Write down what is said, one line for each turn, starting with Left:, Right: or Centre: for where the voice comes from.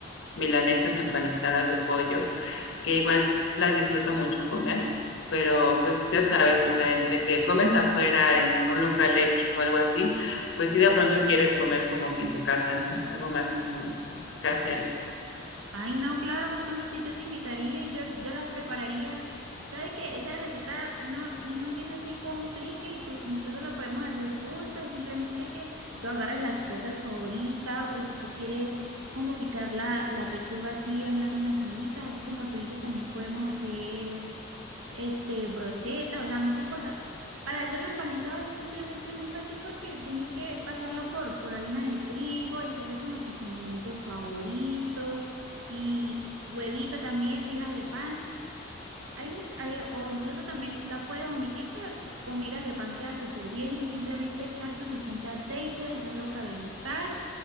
Left: milanesas empanizadas de pollo, que igual las disfruto mucho comer, pero pues ya sabes, o sea, entre que comes afuera en un local X o algo así, pues sí de pronto quieres comer como que en tu casa, ¿no? Algo más como casero.
Right: Ay, no, claro, justamente yo te invitaría y yo, yo las prepararía. ¿Sabes qué? Esa receta no, no tiene así complique, inclu- incluso la podemos hacer juntas, simplemente que tú agarres las presas favoritas o si tú quieres como picar la, la pechuga así en láminas finitas, así como tú dices, también podemos hacer este, brocheta, o sea, muchas cosas. Para hacerlo empanizado es simplemente muy fácil porque tienes que pasarlo por, por harina de trigo, echarle como tus condimentos favoritos y huevito también, migas de pan. Hay mucho, hay- o incluso también la puedes omitir, pero con migas de pan queda súper bien y simplemente echar suficiente aceite, dejarlo calentar